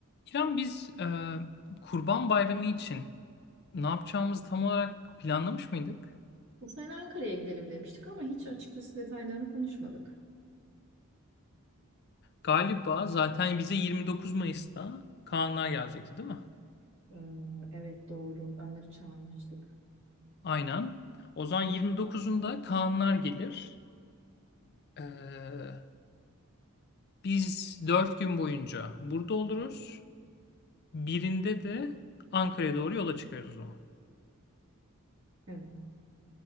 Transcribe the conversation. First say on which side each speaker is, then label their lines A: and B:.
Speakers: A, on the left; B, on the right.
A: İrem biz e, Kurban Bayramı için ne yapacağımızı tam olarak planlamış mıydık?
B: Bu sene Ankara'ya gidelim demiştik ama hiç açıkçası detaylarını konuşmadık.
A: Galiba zaten bize 29 Mayıs'ta Kaanlar gelecekti değil mi?
B: Ee, evet doğru. Onları çağırmıştık.
A: Aynen. O zaman 29'unda Kaanlar gelir. E, biz 4 gün boyunca burada oluruz. Birinde de Ankara'ya doğru yola çıkarız o zaman.
B: Evet.